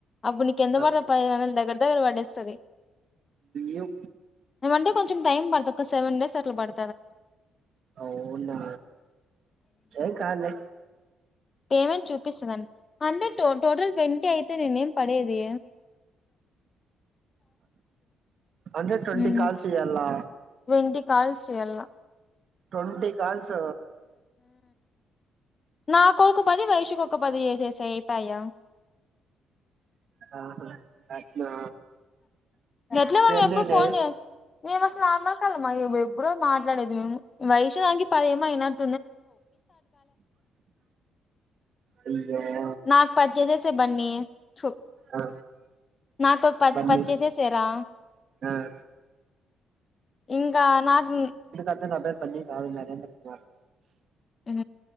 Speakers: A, on the left (about 35°); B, on the right (about 60°).
A: అప్పుడు నీక్ ఎంతబడ్
B: ఆ
A: తదో పదైదు వందలు దగ్గర దగ్గర పడేస్ సరే
B: యు
A: మండే కొంచం టైం పడుతు ఒక సెవెన్ డేస్ రలు బడ్
B: అవునా ఎం కాదులే
A: పేమెంట్ చూపిస్తుందన్ డి హండ్రెడ్ టోటల్ ట్వంటీ అయితే నేను ఏం పడేది
B: అంటే ట్వంటీ
A: ఉమ్
B: కాల్స్ చేయాలా
A: ట్వంటీ కాల్స్ చేయాలా
B: ట్వంటీ కాల్స్
A: నాకొ ఒక పది వైషూ కోక పది చేసేస్ సే పయ
B: ఆహా అట్నా
A: ఎట్లా
B: ఇప్పుడు
A: మనమేపూడ్
B: ఎన్నయినయి
A: ఫోన్ జే మేం అసలు ఆ న కలమా మేం ఎప్పుడో మాట్లాడేది మేము వైషూ దానికి పది ఏమో అయినట్
B: అయ్యో
A: నాక్ పది జేసేసేయ్ బన్నీ తూ
B: ఆ
A: నాకు ఓక్ పద్
B: బన్నీ
A: పద్ చ్చేసేసెయ్ రా
B: ఆ
A: ఇంకా నాక్ ఉ
B: అంటే నా పేరు బన్నీ కాదు నరేంద్ర కుమార్
A: ఉ